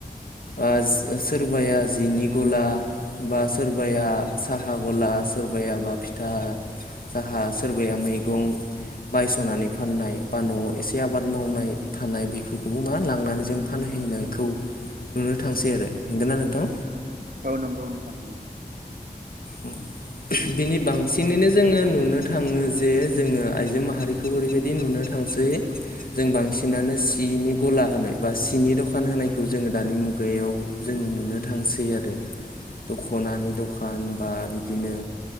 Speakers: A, on the left (about 65°); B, on the right (about 65°).
A: ओ सो सोरबाया जिनि गला बा सोरबाया साहा गला सोरबायाबा फिथा साहा सोरबाया मैगं बायस'नानै फाननाय बा न'वाव एसे आबाद मावनाय थानाय बेफोरखौबो मा लांनानै जों फानहैनायखौ नुनो थांसै आरो नोंगोना नोंथां।
B: औ नंगौ नोंथां
A: उम दिनै बांसिनैनो जोङो नुनो थाङो जे जोङो आइजो माहारि खौ ओरैबायदि नुनो थांसै जों बांसिनानो सिनि गला होनाय बा सिनि दखान होनायखौ जोङो दानि मुगायाव जोङो नुनो थांसै आरो दख'नानि दखान बा बिदिनो